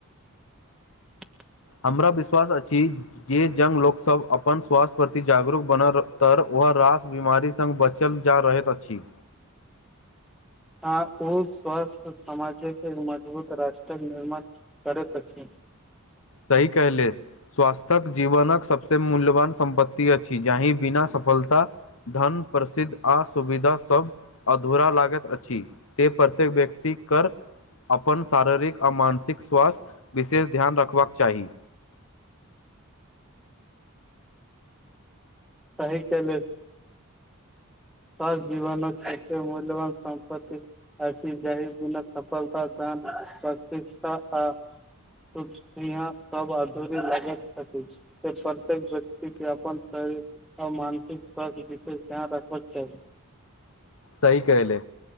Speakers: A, in the centre; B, on the left (about 65°).
A: <inaudible> <inaudible>
B: हमरा विश्वास अछि जे जङ्ग लोकसभ अपन स्वास्थ्य प्रति जागरूक बन त वह रास बीमारी स बची बचल जा रहैत अछि
A: आ ओ स्वस्थ समाजके मजबूत राष्ट्रक निर्माण करैत अछि
B: सही कहले स्वास्थ्यक जीवनक सबस मूल्यवान सम्पत्ति अछि जाहि बिना सफलता धन प्रसिद्ध आ सुविधा सब अधूरा लागत अछि त प्रत्येक व्यक्ति क अपन शारीरिक आ मानसिक स्वास्थ्य विशेष ध्यान रखबाक चाही
A: सही कहलू स जीवन क मूल्यवान सम्पति अ जाहि बिना सफलता दान प्रति आ यहाँ सब अधूरी लगैत छथि से प्रत्येक व्यक्ति के अपन शारीरिक आर मानसिक स्वस्थ्य विशेष ध्यान रख अच्छा
B: सही कयलै